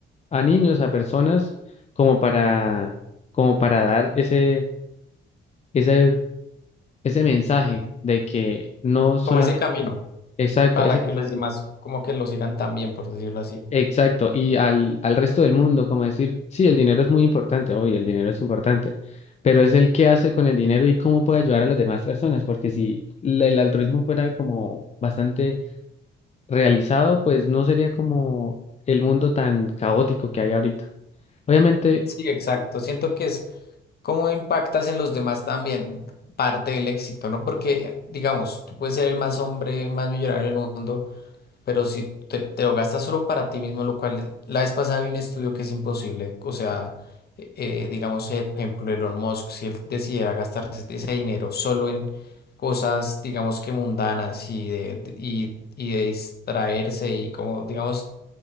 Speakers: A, on the left (about 35°); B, on the left (about 50°).
A: a niños, a personas, como para, como para dar ese, ese, ese mensaje de que no solamente,
B: como ese camino
A: exacto,
B: para
A: ese mensaje
B: que los demás como que lo sigan también, por decirlo así.
A: Exacto, y al, al resto del mundo, como decir, sí, el dinero es muy importante, obvio, el dinero es importante, pero es el qué hace con el dinero y cómo puede ayudar a las demás personas, porque si la- el altruismo fuera como bastante realizado, pues no sería como el mundo tan caótico que hay ahorita. Obviamente
B: Sí, exacto. Siento que es cómo impactas en los demás también parte del éxito, ¿no? Porque, digamos, tú puedes ser el más hombre, más millonario del mundo. Pero si te, te lo gastas solo para ti mismo, lo cual es- la vez pasada vi un estudio que es imposible. O sea, eh, eh, digamos, eh, por ejemplo, Elon Musk, si él decidiera gastarse ese dinero solo en cosas, digamos que mundanas y de, de- y, y de distraerse y como, digamos,